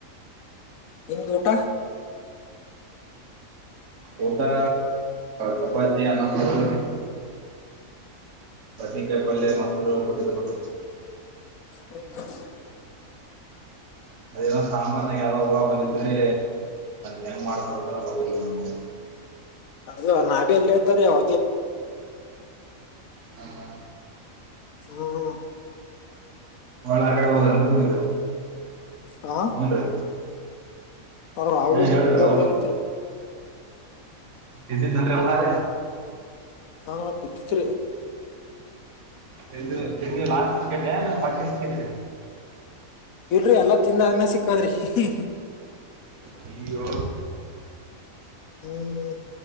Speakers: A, on the left; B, on the right.
A: ನಿಮ್ದ್ ಊಟ
B: ಊಟಾ ಚಪಾತಿ ಸೊಪ್ ಸಾರು ಅನ್ನ. ಬದ್ನಿಕಾಯ್ ಪಲ್ಯೆ ಮೊಸ್ರು ಕೊಟ್ಟಿದರ್ ನೋಡ.
A: <inaudible>
B: ಅದಲ್ಲ ಸಾಂಬಾರ್ನಾಗ ಯಾವ್ದೋ ಹುಳ ಬಂದಿದ್ರರಿ ಹೆಂಗ ಮಾಡ್ತಾರ ಅಂತ ಗೊತ್ತಿಲ್ಲ ನಮ್ಗ.
A: ಹೌದು ನಾ ಭಿ ಎಲ್ಲ ಇದ್ದರೆ ಹ.
B: ಹಾ ಹಾ
A: ಹ್ಮ ಹ್ಮ
B: ಒಳ ಆಕಬೋದಂತ ನೀ
A: ಹಾ
B: ಹನ್ರೀ.
A: ಅವ್ ರಾಹುಲ್
B: ಏ
A: ಒಂದ್
B: ಹೇಳ
A: ಪ್ಲೇಟ್ದಾಗ
B: ರಾಮ
A: ಇತ್ರಿ
B: ಇದ್ದಿದ್ದನ್ ಅವನಾರ.
A: ಹಾ ಬಿದ್ದಿತ್ರಿ
B: ತಿ ತಿು ಲಾಸ್ಟ್ ಕಿಕೆಟ್ ಯ ಪಂಚಾಸ್ ವಿಕೆಟ್ಟ.
A: ಇಲ್ರಿ ಎಲ್ಲಾ ತಿಂದಾದ್ಮೇ ಸಿಕ್ಕದ್ರಿ ಹಿ ಹಿ ಹ.
B: ನೀ ಯೊ.
A: ಹ್ಮ್